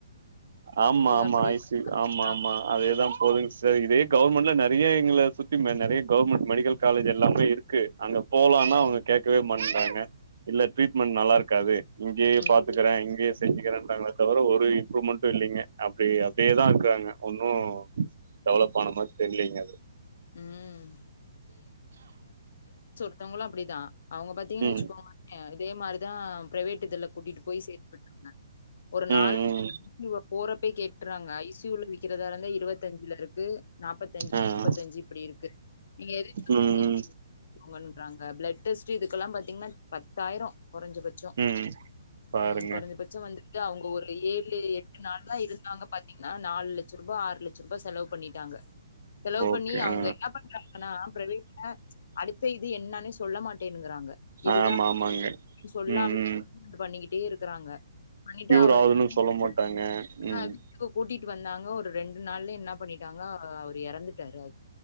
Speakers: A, on the right (about 60°); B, on the left (about 60°).
A: ஆமா ஆமா
B: அப்படி
A: ஐசியு
B: இப்படின்லாம்
A: ஆமா
B: சொல்றாங்க.
A: ஆமா அதேதா போதுங்க சிஸ்டர் இதே கா கவுர்மெண்ட்ல நெ டியே எங்கள சுத்தி நெறைய கவுர்மெண்ட் மெடிக்கல் காலேஜ் எல்லாமே இருக்கு அங்க போலான்னா அவுங்க கேக்கவே மாட் ட்றாங்க இல்ல ட்ரீட்மெண்ட் நல்லா இருக்காது இங்கேயே
B: ம்.
A: பாத்துக்குறே இங்கேயே செஞ்சுக்கிறேன்ட்டாங்கலா தவர ஒரு இம்ப்ரூவ்மெண்ட்டு இல்லிங்க அப்டி அப்டியேதா இருக்குறாங்க ஒன்னு டெவலப் ஆன மாரி தெர்லிங்க அது
B: ம் மத்தவங்களு அப்டிதா அவுங்க பாத்தீங்கன்னா
A: ம்
B: வச்சுக்கோங்களே இதே மாரிதா பிரைவேட் இதுல கூட்டிட்டு போய் சேத்து விட்டுருந்தாங்க ஒரு
A: ம்
B: நாள்
A: ம்
B: இவ போறப்பே கேட்டுறாங்க ஐ சி யூல விக்கிறதா இருந்தா இருவத்தஞ்சுல இருக்கு நாப்பத்தஞ்சு
A: ஆ
B: முப்பத்தஞ்சு இப்டி இருக்கு நீங்க எது சூஸ்
A: ம்
B: பண்ணிக்கீரிங்கன்றாங்க பிளட் டெஸ்ட் இதுக்கெல்லா பாத்தீங்கன்னா பத்தாயிரோ கொறஞ்சபட்சோ
A: ம் பாருங்க
B: உஹம் குறைஞ்சபட்ச வந்துட்டு அவங்க ஒரு ஏழு எட்டு நாள் தா இருந்தாங்க பா ஏன்னா நாலுலெட்ச ரூபா ஆறுலெட்ச ரூபா செலவு பண்ணிட்டாங்க செலவு
A: ஓகே
B: பண்ணி அவுங்க
A: ஆ
B: என்ன பண்றாங்கன்னா பிரவேட்ல அடுத்த இது என்னன்னே சொல்ல மாட்டேங்கிறாங்க இதுதா
A: ஆமா ஆமாங்க
B: சொல்லாமல்
A: ம் ம்
B: பண்ணிக்கிட்டே இருக்கறாங்க பண்ணிட்டா
A: கியூர்
B: அவரு
A: ஆகுதுன்னு
B: வீட்டுக்கு
A: சொல்ல மாட்டாங்க ம்
B: ஆ வீட்டுக்கு கூட்டிட் வந்தாங்க ஒரு ரெண்டு நாள்ல என்ன பண்ணிட்டாங்க அவரு இறந்துட்டாரு அய்